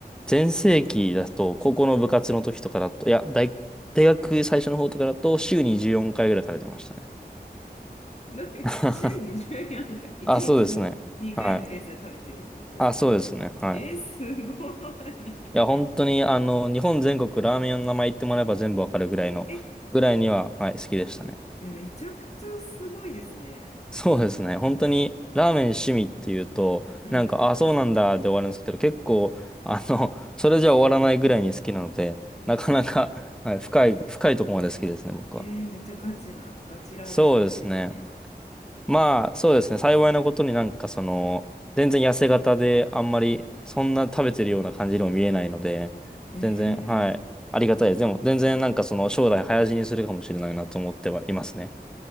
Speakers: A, in the centre; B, on the left.
A: 全盛期だと、高校の部活の時とかだと、いや、大、大学最初の方とかだと、週に14回ぐらい食べてましたね。
B: うん。どういう週に14回、
A: <laughs>
B: 1日に2回のペースで食べてるってことですか
A: あ、そうですね。はい。あ、そうですね。はい。
B: え、すごい。
A: いや、本当に、あの、日本全国ラーメン屋の名前言ってもらえば全部わかるぐらいの、
B: え、
A: ぐらいには、はい、好きでしたね。
B: え、めちゃくちゃすごいですね。
A: そうですね。本当に、ラーメン趣味っていうと、
B: うん。
A: なんか、あ、そうなんだで終わるんですけど、結構、あの、それじゃ終わらないぐらいに好きなので、なかなか、
B: 確かに。
A: はい、深い、深いところまで好きですね、僕は。
B: えーめっちゃガチな、ガチラーメン好きですね。
A: そうですね。まあ、そうですね。幸いなことになんかその、全然痩せ型で、あんまりそんな食べてるような感じにも見えないので、
B: お、へえ。
A: 全然、はい。ありがたいです。でも、全然なんかその、将来早死にするかもしれないなと思ってはいますね。